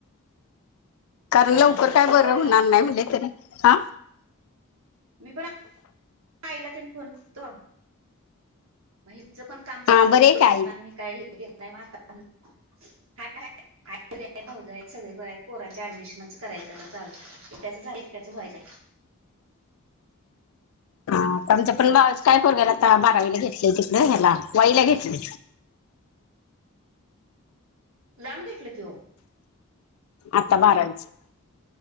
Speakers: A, on the left (about 70°); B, on the right (about 65°).
A: कारण लवकर
B: नव्ह
A: काय बरं
B: मी पण
A: होणार नाही म्हणले तरी हा.
B: मी पण आईला त्यांनी फोन करतो. म हेंच पण काम
A: हा
B: चाल
A: बरे
B: होत
A: काय
B: म्हणता मी काय हे केलं नाही म आता हाय
A: ह
B: भाऊजय आहेत सगळे आहेत पोरांच्या ऍडमिशन करायचं आ चालू त्याच एकट्याच व्हायचं.
A: हा आमच
B: आहे
A: पण भावच काय पोरग्याला आता बारावीला घेतले तिकडे ह्याला वाईला घेतले.
B: लांब घेतलं की ओ.
A: आता बारावीची.